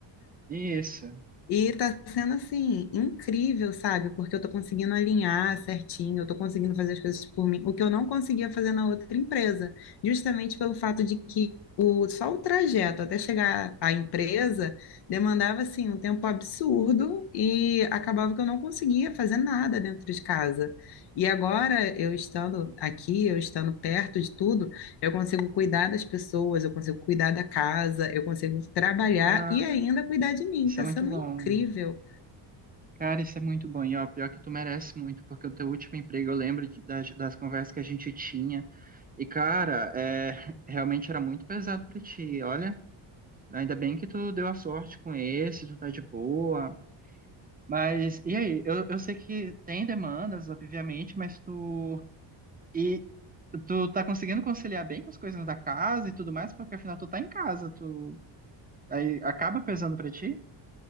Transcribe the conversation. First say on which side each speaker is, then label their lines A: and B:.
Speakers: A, on the right (about 20°); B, on the left (about 60°).
A: Isso.
B: E tá sendo assim, incrível, sabe? Porque eu tô conseguindo alinhar certinho, eu tô conseguindo fazer as coisas por mim, o que eu não conseguia fazer na outra empresa, justamente pelo fato de que o, só o trajeto até chegar à empresa demandava assim um tempo absurdo e acabava que eu não conseguia fazer nada dentro de casa. E agora, eu estando aqui, eu estando perto de tudo, eu consigo cuidar das pessoas, eu consigo cuidar da casa, eu consigo trabalhar
A: Cara,
B: e ainda cuidar de mim.
A: isso
B: Tá
A: é muito
B: sendo
A: bom.
B: incrível.
A: Cara, isso é muito bom. E, ó, pior que tu merece muito, porque o teu último emprego, eu lembro de- das, das conversas que a gente tinha. E, cara, é, <laughs> realmente era muito pesado pra ti. Olha, ainda bem que tu deu a sorte com esse, tu tá de boa. Mas, e aí? Eu, eu sei que tem demandas, obviamente, mas tu. E tu tá conseguindo conciliar bem com as coisas da casa e tudo mais, porque afinal tu tá em casa, tu aí acaba pesando pra ti?